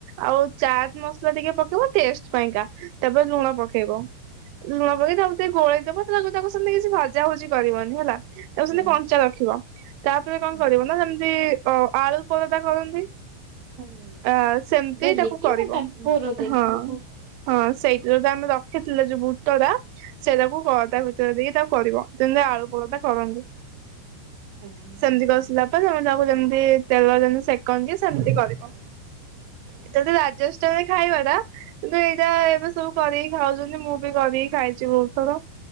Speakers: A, on the right; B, on the right.
A: ଆଉ ଚାଟ ମସଲା ଟିକେ ପକେଇବ ଟେଷ୍ଟ ପାଇଁକା ତାପରେ ଲୁଣ ପକେଇବ। ଲୁଣ ପାକେଇକି ତାକୁ ଟିକେ ଗୋଳେଇ ଦବ। ତା ତାକୁ ସେମିତି କିଛି ଭଜାଭୁଜି କରିବନି ହେଲା ତାକୁ
B: ହୁଁ
A: ସେମିତି କଞ୍ଚା ରଖିବ। ତାପରେ କଣ
B: ହୁଁ
A: କରିବ ନା ଯେମିତି ଅ ଆଳୁ ପରଦା କରନ୍ତି।
B: ହୁଁ
A: ଆ ସେମତି
B: ବେଲିକି
A: ତାକୁ କରିବ।
B: ତାକୁ ବୋର ଦେଇକି
A: ହଁ ହଁ ସେଇଥିରେ ତ ଆମେ ରଖିଥିଲେ ଯୋଉ ବୁଟଟା ସେଇଟାକୁ ଅ ତା ଭିତରେ ଦେଇକି ତାକୁ କରିବ ଯେମିତି ଆଳୁ ପରଟା କରନ୍ତି।
B: ଭଲ
A: ସେମିତି କସିଲା ତମେ ତାକୁ ଯେମିତି ତେଲ ଯେମିତି ସେକନ୍ତି ସେମତି କରିବ ଏତା ରାଜସ୍ <unintelligible> ଖାଇବାଟା କିନ୍ତୁ ଏଇଟା ଏବେ ସବୁ କରି ଖାଉଛନ୍ତି ମୁଁ ବି କରିକି ଖାଇଛି ବହୁତଥର